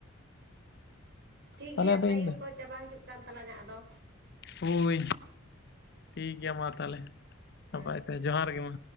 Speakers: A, on the right; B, on the left.
A: ᱦᱩᱸ ᱴᱷᱤᱠ
B: ᱛᱟᱦᱚᱞᱮ
A: ᱜᱮᱭᱟ
B: ᱟᱫᱚ ᱤᱧ
A: ᱴᱟᱭᱤᱢ
B: ᱫᱚ
A: ᱠᱚ ᱪᱟᱵᱟ ᱦᱤᱡᱩᱜ ᱠᱟᱱ ᱛᱟᱞᱟᱝᱟ ᱟᱫᱚ᱾
B: ᱦᱳᱭ ᱴᱷᱤᱠ ᱜᱮᱭᱟ ᱢᱟ ᱛᱟᱦᱞᱮ,
A: ᱦᱮᱸ
B: ᱱᱟᱯᱟᱭ ᱛᱮ ᱡᱚᱸᱦᱟᱨ ᱜᱮ ᱢᱟ᱾